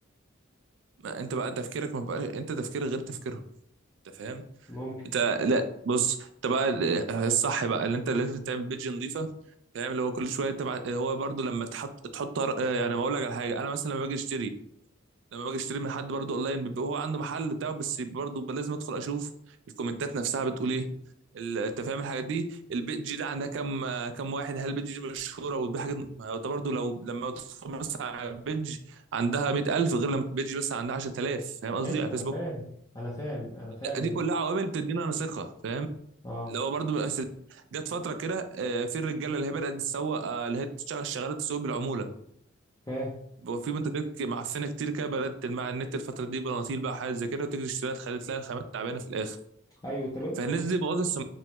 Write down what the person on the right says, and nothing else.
ما أنت بقى تفكيرك ما بقى أنت تفكيرك غير تفكيرهم أنت فاهم؟
أنت لا بص أنت بقى ال- الصح بقى اللي أنت لازم تعمل بيدج نظيفة فاهم اللي هو كل شوية تبع هو برضه لما تحط تحط طر- يعني ما أقول لك على حاجة أنا مثلا لما باجي أشتري لما باجي اشتري من حد برضه اونلاين بيبقى هو عنده محل بتاعه بس برضه لازم ادخل اشوف الكومنتات نفسها بتقول ايه ال- انت فاهم الحاجات دي البيج دي عندها كام كام واحد هل البيج دي مشهوره وده حاجه ما هو ده برضه لو لما تدخل مثلا على البيج عندها 100000 غير لما البيج مثلا عندها 10000 فاهم قصدي
على
فيسبوك
لا دي كلها عوامل بتدينا انا ثقه فاهم
لو برضه من الأساس- جت فتره كده آه، في الرجاله اللي هي بدات تسوق آه، اللي هي بتشتغل شغاله تسوق بالعموله
بقى في منتجات ك- معفنه كتير كده بدات تلمع على النت الفتره دي بناطيل بقى حاجات زي كده وتجري تشتريها تخلي تلاقي الخامات تعبانه في الاخر
فالناس
دي بوظت السم...